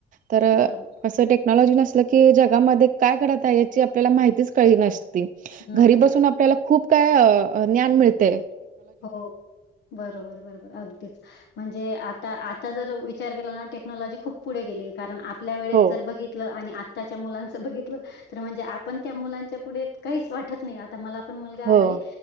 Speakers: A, on the right; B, on the left.
A: तर.
B: बरोबर
A: असं टेक्नॉलॉजी नसल की जगामध्ये काय घडत आहे याची आपल्याला माहितीच कळी नसते. ते,
B: नक्कीच.
A: घरी बसून आपल्याला खूप काय अ ज्ञान मिळतेय.
B: हो. बरोबर, बरोबर अगदीच म्हणजे आता-आता जर विचार केला ना टेक्नॉलॉजी खूप. पुढे गेले कारण आपल्या वेळेस
A: हो
B: जर बघितलं आणि त्याच्या मुलांच बघितलं तर म्हणजे आपण त्या मुलांच्या पुढे काहीच वाटत नाही आता मला. मला पण मुलगा
A: हो
B: आहे